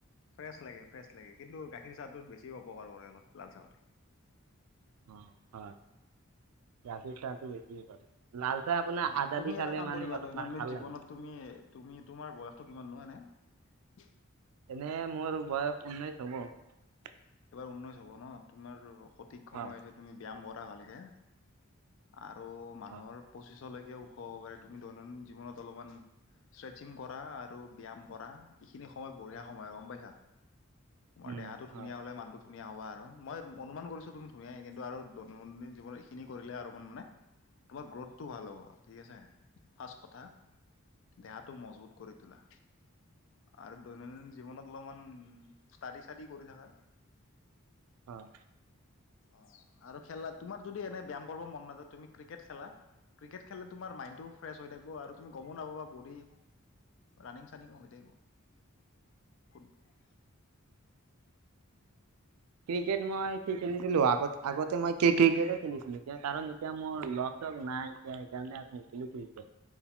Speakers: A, on the left (about 60°); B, on the right (about 85°).
A: ফ্ৰেছ লাগে ফ্ৰেছ লাগে কিন্তু গাখীৰ চাহটোত বেছি অপকাৰ কৰে অলপ লাল চাহতকে।
B: অ হয়। গাখীৰ চাহটো বেছিয়ে কৰে। লাল চাহ আপোনাৰ
A: অ'
B: আদা
A: তুমি
B: দি খালে
A: এটা কাম
B: মানে
A: কৰিবা
B: অলপ
A: দৈনন্দিন
B: মানে ভাল
A: জীৱনত
B: লাগে।
A: তুমি তুমি তোমাৰ বয়সটো কিমান এনেই নো?
B: এনে মোৰ বয়স উনৈশ হব।
A: ঊনৈশ হ'ব ন তোমাৰ সঠিক সময়
B: হয়
A: তুমি ব্যায়াম কৰা ভালকে। আৰু মানুহৰ
B: হয়
A: পঁচিছলৈকে ওখ হ'ব পাৰে। তুমি দৈনন্দিন জীৱনত অলপমান ষ্ট্ৰেচিং কৰা আৰু ব্যায়াম কৰা এইখিনি সময় বঢ়িয়া সময় আৰু গম পাইছা। তোমাৰ
B: উম
A: দেহাটো ধুনীয়া
B: হয়
A: হলে মানুটো, ধুনীয়া হবা আৰু মই অনুমান কৰিছো তুমি ধুনীয় কিন্তু আৰু দৈনন্দিন জীৱন এইখিনি কৰিলে আৰু অ মানে তোমাৰ গ্ৰ'থটো ভাল হ'ব ঠিক আছে ফাৰ্ষ্ট কথা। দেহাটো মজবুত কৰি তোলা। আৰু দৈনন্দিন জীৱনত অলপমান ষ্টাডি-চডি কৰি থাকা।
B: হয়
A: অ আৰু খেলা তোমাৰ যদি এনে ব্যায়াম কৰিব মন মাজত তুমি ক্ৰিকেট খেলা। ক্ৰিকেট খেলে তোমাৰ মাইণ্ডটো ফ্ৰেছ হৈ থাকিব আৰু তুমি গমো নাপাবা বডী। ৰানিং-চানিং হৈ থাকিব ফুটবল।
B: ক্ৰিকেট মই খেলিছিলো আগতে। আগতে মই ক্ৰিকেটে খেলিছিলো কাৰণ এতিয়া মোৰ লগ চগ নাই সেইকাৰণে এতিয়া। আৰু নেখেলো ক্ৰিকেট।